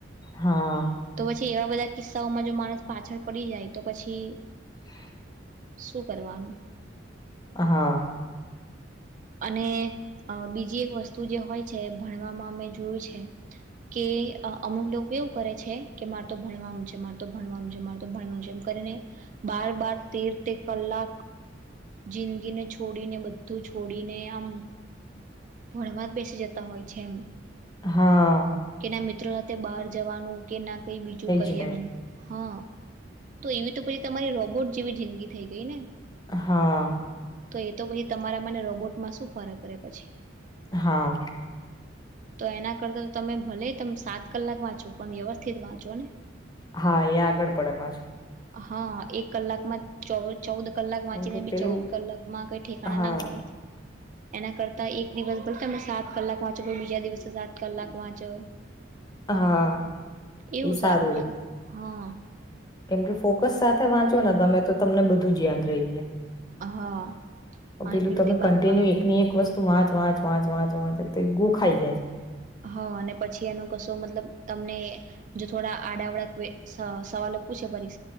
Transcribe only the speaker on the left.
હા
<unintelligible>
હા.
હા.
જ નહી
હા.
હા.
હા, એ આગળ પડે પાછું.
કેમ કે
પેલું
હા
હા,
એ સારું.
કેમ કે, ફોકસ સાથે વાંચો ને, તમે તો. તમને બધું જ યાદ રહે છે.
પેલું તમે
કન્ટિન્યુ એક ની એક વસ્તુ વાચ, વાંચ, વાંચ, વાંચ, વાચ. ગું ખાઈ જાય.